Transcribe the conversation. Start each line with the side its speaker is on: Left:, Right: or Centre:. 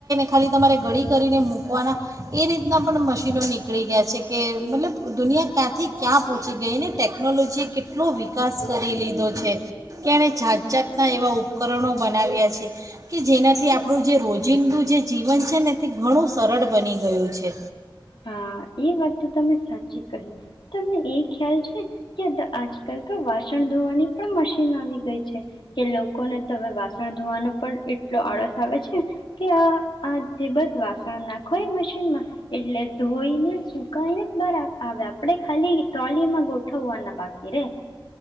Right: ખાલી તમારે ગળી કરીને મૂકવાના એ રીતના પણ મશીનો નીકળી ગ્યા છે કે મતલબ દુનિયા ક્યાંથી ક્યાં પોચી ગઈને ટેકનોલોજીએ કેટલુ વિકાસ કરી લીધો છે કે એણે જાત જાતના એવાં ઉપકરણો બનાવ્યા છે કે જેનાથી આપણું જે રોજિંદું જે જીવન છે ને તે ઘણું સરળ બની ગયું છે.
Left: હા, એ વાત તો તમે સાચી કહી. તમને એ ખ્યાલ છે કે આજકાલ તો વાસણ ધોવાની પણ મશીન આવી ગઈ છે કે લોકોને તો અવે વાસણ ધોવાનું પણ એટલો આળસ આવે છે કે આ આ જે બસ વાસણ નાખો એ મશીનમાં એટલે ધોઈને સુકાઈને. <unintelligible> પડે ખાલી ટ્રોલીમાં ગોઠવવાના બાકી રે.